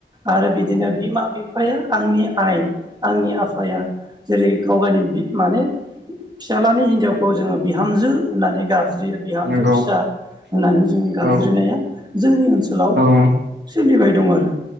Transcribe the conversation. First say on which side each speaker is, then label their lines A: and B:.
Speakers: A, on the right; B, on the right.
A: आरो बिदिनो बिमा-बिफाया। आंनि आइ आंनि आफाया जेरै गाव गावनि बि माने फिसाज्लानि हिनजावखौ जोङो बिहामजो होननानै गाबज्रियो बिहामजो
B: नंगौ
A: फिसा। होननानै जों गाबज्रिनाया
B: औ
A: जोंनि ओनसोलाव
B: औ
A: सोलिबाय दं आरो